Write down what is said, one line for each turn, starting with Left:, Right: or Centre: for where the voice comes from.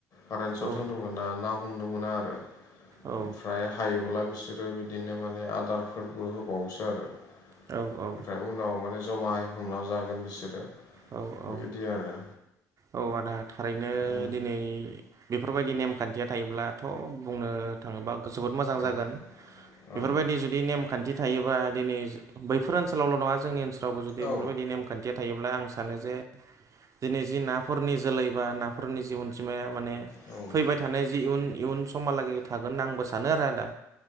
Left: कारेन्सट
Right: औ
Left: होनो मोना ना हमनो मोना आरो ओमफ्राय
Right: औ
Left: हायोब्ला बिसोरो बिदिनो माने आदारफोरबो होबावसो आरो
Right: औ औ
Left: ओमफ्राय उनाव माने जमायै हमना जागोन बिसोरो
Right: औ
Left: बेबायदि
Right: औ
Left: आरो
Right: औ आदा थारैनो
Left: उम,
Right: दिनै बेफोरबायदि नेमखान्थिया थायोब्लाथ' बुंनो जो मो ज
Left: औ औ
Right: बेदि ज ने नेम खान्थि थायोबा दिनै बैफोर ओनसोलावल' नङा जोंनि ओनसोलावबो जुदि
Left: औ
Right: बेफोरबायदि नेमखान्थिया थायोब्लां सानो जे दिनै जि नाफोरनि जोलै बा नाफोरनि जि अनजिमाया माने
Left: औ
Right: फैबाय थानाय जि इयुन इयुन समहालागै थागोन आंबो सानो आरो आदा